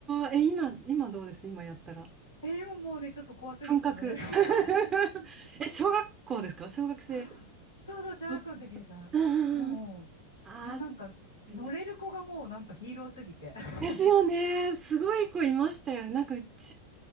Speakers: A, on the right (about 25°); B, on the left (about 70°).
A: ーえ、今、今どうです今やったら。
B: え、今もうね、ちょっと怖すぎて乗れないかもしれない。
A: 感覚。<laughs> え、小学校ですか小学生。
B: <laughs> そうそう、小学校の時でさ、
A: うんうんうん。
B: もう、
A: ああ、
B: いや、なんか乗れる子がもうなんかヒーローすぎて。
A: そうですね
B: <laughs>
A: ですよね。すごい子いましたよね。なんかうち、